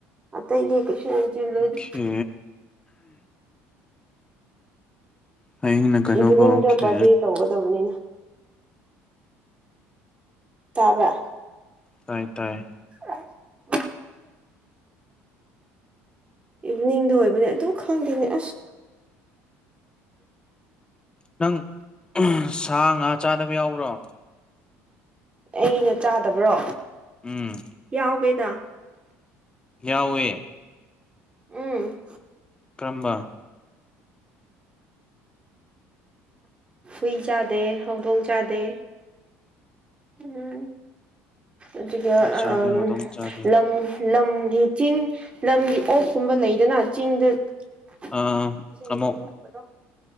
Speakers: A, on the right; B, on the left.
A: ꯑꯇꯩꯗꯤ ꯀꯩꯁꯨ ꯌꯥꯝ ꯆꯤꯜꯂꯣꯏꯗ
B: ꯑꯣꯈꯦ꯫ ꯍꯌꯦꯡꯅ ꯀꯩꯅꯣꯀꯣ
A: ꯏꯚꯤꯅꯤꯡꯗ
B: ꯑꯣꯈꯦ꯫
A: ꯕꯥꯔꯗꯦ ꯇꯧꯒꯗꯕꯅꯤꯅ ꯇꯥꯕ꯭ꯔꯥ꯫
B: ꯇꯥꯏꯌꯦ ꯇꯥꯏꯌꯦ꯫
A: <inaudible> ꯏꯚꯤꯅꯤꯡꯗ ꯑꯣꯏꯕꯅꯦ ꯑꯗꯨ ꯈꯪꯗꯦꯅꯦ ꯑꯁ꯫
B: ꯅꯪ ꯁꯥ ꯉꯥ ꯆꯥꯗꯕ ꯌꯥꯎꯕ꯭ꯔꯣ꯫
A: ꯑꯩꯅ ꯆꯥꯗꯕ꯭ꯔꯣ
B: ꯎꯝ
A: ꯌꯥꯎꯋꯦꯗ꯫
B: ꯌꯥꯎꯋꯦ꯫
A: ꯎꯝ꯫
B: ꯀꯔꯝꯕ꯫
A: ꯍꯨꯏ ꯆꯥꯗꯦ ꯍꯧꯗꯣꯡ ꯆꯥꯗꯦ ꯎꯝ꯫ ꯑꯗꯨꯒ
B: ꯍꯨꯏ ꯆꯥꯗꯦ
A: ꯑꯝ
B: ꯍꯧꯗꯣꯡ ꯆꯥꯗꯦ
A: ꯂꯝ ꯂꯝꯒꯤ ꯆꯤꯡ ꯂꯝꯒꯤ ꯑꯣꯛꯀꯨꯝꯕ ꯂꯩꯗꯅ ꯆꯤꯡꯗꯅ ꯆꯤꯡꯗ
B: ꯑꯥ
A: ꯆꯤꯡꯗ
B: ꯑꯃꯨꯛ
A: ꯌꯣꯛꯄꯗꯣ꯫